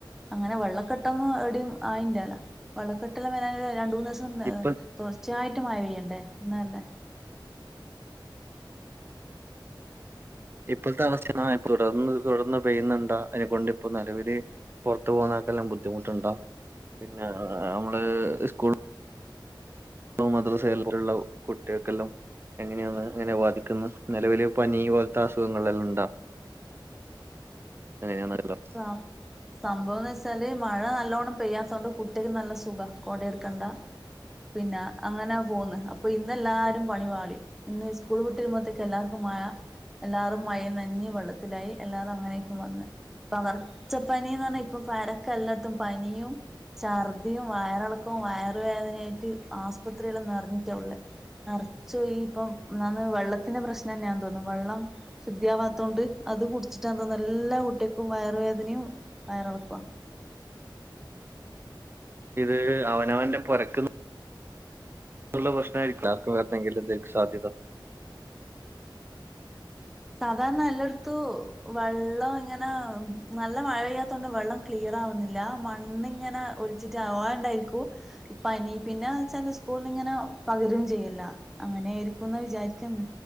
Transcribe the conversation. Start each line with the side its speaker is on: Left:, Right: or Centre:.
Centre: അങ്ങനെ വെള്ളക്കെട്ടൊന്നും എവിഡിം ആയിറ്റാല്ല വെള്ളക്കെട്ട് മേലെ രണ്ട് മൂന്ന് സം
Right: ഇപ്പൊ
Centre: തുടർച്ചയായിട്ട് മഴ പെയ്യണ്ടേ എന്നല്ലല്ലേ
Right: ഇപ്പത്തെ അവസ്ഥെന്നാ തുടർന്ന് തുടർന്ന് പെയ്യുന്നുണ്ട അതിനെകൊണ്ട് ഇപ്പോ നലവില് പുറത്ത് പോകുന്നക്കെല്ലാം ബുദ്ധിമുട്ടുണ്ട പിന്നെ നമ്മള് സ്കൂൾ മദ്രസൽള്ള കുട്ടികൾക്കെല്ലാം എങ്ങനെയാണ് അങ്ങനെ ബാധിക്കുന്നത് നിലവില് പനി പോലത്തെ അസുഖങ്ങളെല്ലാം ഉണ്ടാ അങ്ങനെ നടക്കുക
Centre: ആഹ് സംഭവംന്ന് വെച്ചാല് മഴ നലോണ്ണം പെയ്യാതോണ്ട് കുട്ട്യാക്ക് നല്ല സുഖ കൊടിം ഇട്ക്കണ്ട പിന്നെ അങ്ങനാ പോവുന്ന് അപ്പൊ ഇന്നെല്ലാരും പണിപാളി ഇന്ന് സ്കൂള് വിട്ട് വരുമ്പോത്ത്ക്ക് എല്ലാർക്കും മഴ എല്ലാറും മഴ ന്നഞ്ഞ് വെള്ളത്തിലായി എല്ലാറും അങ്ങനെയക്കും വന്ന് പകർച്ചപ്പനിയന്ന് ഞ്ഞാ ഇപ്പൊ പരക്കെ എല്ലത്തും പനിയും ഛർദിയും വയറളക്കും വയറുവേദനയായിട്ട് ആസ്പത്രിയില് നിറഞ്ഞിട്ട ഉള്ള മറ്ച്ചു ഇപ്പംന്ന് വെള്ളത്തിന്റെ പ്രശ്നം തന്നെന്ന് തോന്നുന്നു വെള്ളം ശുദ്ധിയവാതോണ്ട് അത് കുടിച്ചിട്ടാ തോന്നുന്നു എല്ലാ കുട്ടിക്കും വയറുവേദനിം വയറളകുവ
Right: ഇത് അവനവന്റെ പോരക്ക് ഉള്ള പ്രശ്നമായിരിക്ക ആക്കും വരണമെങ്കിലും സാധ്യത
Centre: സാധാരണ എല്ലാട്ത്തും വെള്ളം ഇങ്ങനെ നല്ല മഴ പെയ്യാത്തോണ്ട് വെള്ളം ക്ലിയർ ആവുന്നില്ല മണ്ണിങ്ങനെ ഒലിച്ചിട്ട് ആവോണ്ടായിരിക്കു പ്പനി പിന്നെ വെച്ചാ സ്കൂളില് ഇങ്ങനെ പകരും ചെയ്യല്ല അങ്ങനെ ആയിരിക്കുന്ന് വിചാരിക്ക്ന്ന്